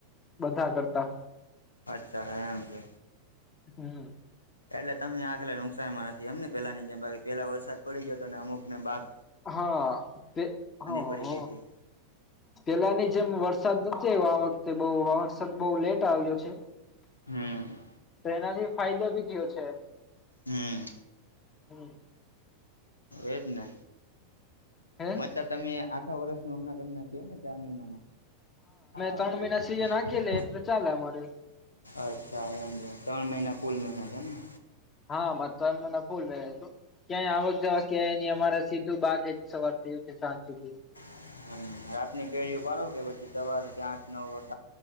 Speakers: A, on the left; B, on the left.
A: બધા કરતા
B: અચ્છા એમ છે
A: હમ્મ
B: એટલે તમને આખાલી નુકસાન માં એટલે તમે આખરે નુકસાનમાંનથી એમ ને પેલાની જેમ બાકી પેલા વરસાદ પડી ગયો તો ને અમુક ને બાપ
A: હા તે હ
B: પડી
A: હ
B: ગઈ હતી
A: પેલા ની જેમ વરસાદ આ વખતે બહ વર્ષદ બહ લેટ આવ્યો છે
B: હમ
A: તો એનાથી ફાયદો બી થયો છે એમ
B: હમ
A: હમ
B: એ જને
A: હે
B: મતલબ તમે આખા વર્ષ નું હમણાં ઘણીનાખ એમને ચાર મહિનામાં હા
A: ત્રણ
B: અમે
A: મહિના
B: ત્રણી
A: સીઝન હાકેલી એટલે ચાલે અમારે
B: અચ્છા એમ છે ત્રણ મહિના ફુલ મ મહિના છે એમને
A: હા હા ત્રણ મહિના ફુલ મહિનો હતો ક્યાંય આવવા જવા ક્યાંય એની અમારે સીધું બાાગ જ સવાર થીથી સાંજ સુધી
B: હમ રાતની કેરીઓ પાડો કે પછી સવારે ત્યાંઠ નવ વ